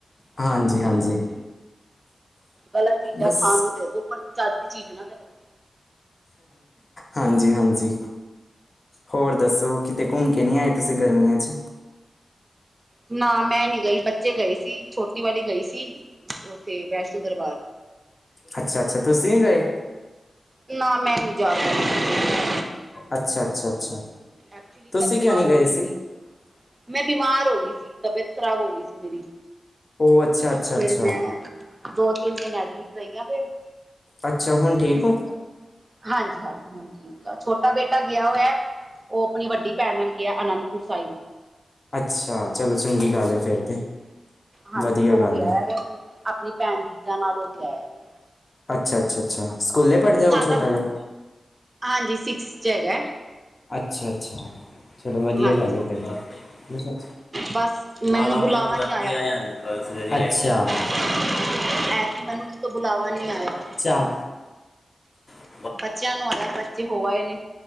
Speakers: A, on the left; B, on the right.
A: ਹਾਂਜੀ, ਹਾਂਜੀ।
B: ਗ਼ਲਤ ਚੀਜ਼ਾਂ
A: ਬਸ
B: ਖਾਣ ਨੂੰ ਦੇ ਦੋ, ਪਰ ਚੱਜ ਦੀ ਚੀਜ਼ ਨਾ ਦੇਵੇ।
A: ਹਾਂਜੀ, ਹਾਂਜੀ। ਹੋਰ ਦੱਸੋ, ਕਿਤੇ
B: ਨੂੰ
A: ਘੁੰਮ ਕੇ ਨਹੀਂ ਆਏ ਤੁਸੀਂ ਗਰਮੀਆਂ ਚ?
B: ਨਾ, ਮੈਂ ਨੀ ਗਈ ਬੱਚੇ ਗਏ ਸੀ ਛੋਟੀ ਵਾਲੀ ਗਈ ਸੀ ਉੱਥੇ ਵੈਸ਼ਨੋ ਦਰਬਾਰ।
A: ਅੱਛਾ, ਅੱਛਾ ਤੁਸੀਂ ਨੀ ਗਏ।
B: ਨਾ, ਮੈਂ ਨਹੀਂ ਜਾ ਸਕਦੀ।
A: ਅੱਛਾ, ਅੱਛਾ, ਅੱਛਾ।
B: ਐਕਚੁਲੀ,
A: ਤੁਸੀਂ
B: ਮੈਂ ਬਿਮਾਰ
A: ਕਿਉਂ ਨਹੀਂ ਗਏ
B: ਹੋ ਈ ਸੀ। ਮੈਂ ਬਿਮਾਰ ਹੋ ਗਈ ਸੀ, ਤਬੀਅਤ ਖ਼ਰਾਬ ਹੋ ਗਈ ਸੀ ਮੇਰੀ।
A: ਉਹ ਅੱਛਾ ਅੱਛਾ
B: ਫੇਿਰ
A: ਅੱਛਾ
B: ਮੈਂ, ਦੋ ਤਿੰਨ ਦਿਨ ਐਡਮਿਟ ਰਈ ਆ ਫੇਰ
A: ਅੱਛਾ, ਹੁਣ ਠੀਕ
B: ਇਸ
A: ਹੋ
B: ਹਾਂਜੀ, ਹਾਂਜੀ, ਹਾਂਜੀ। ਠੀਕ ਆ, ਛੋਟਾ ਬੇਟਾ ਗਿਆ ਹੋਇਆ ਓ ਆਪਣੀ ਵੱਡੀ ਭੈਣ ਨਾਲ ਗਿਆ ਅਨੰਦਪੁਰ ਸਾਇਬ।
A: ਅੱਛਾ, ਚਲੋ ਚੰਗੀ ਗੱਲ ਏ ਫੇਰ ਤੇ
B: ਹਾਂਜੀ
A: ਵਧੀਆ
B: ਉਹ
A: ਗੱਲ
B: ਗਿਆ
A: ਏ।
B: ਹੈ ਆਪਣੀ ਆਪਣੀ ਭੈਣ, ਜੀਜਾ ਨਾਲ ਹੋ ਕੇ ਆਇਆ ਵੀ।
A: ਅੱਛਾ, ਅੱਛਾ, ਅੱਛਾ ਸਕੂਲੇ ਪੜ੍ਹਦੇ
B: ਸਾਡਾ
A: ਆ ਉਹ ਛੋਟਾ ਜਿਹਾ?
B: ਹਾਂਜੀ, ਸਿਕਸ ਚ ਹੈਗਾ।
A: ਅੱਛਾ, ਅੱਛਾ ਚਲੋ ਵਧੀਆ
B: ਹਾਂਜੀ
A: ਗੱਲ ਹੈ ਫਿਰ। ਨਾ,
B: ਬਸ ਮੈਨੂੰ
A: ਨਾ
B: ਬੁਲਾਵਾ
A: ਮੈਂ ਜਗਾਦਰੀ
B: ਨਹੀਂ
A: ਆਇਆ ਕੱਲ ਸਵੇਰੇ। <unintelligible>
B: <unintelligible> ਐਤਕੀਂ ਮੈਨੂੰ ਕਿਤੋਂ ਬੁਲਾਵਾ ਨਹੀਂ ਆਇਆ।
A: ਚਾ, ਚੂ
B: ਬੱਚਿਆਂ ਨੂੰ ਆਇਆ, ਬੱਚੇ ਹੋ ਆਏ ਨੇ।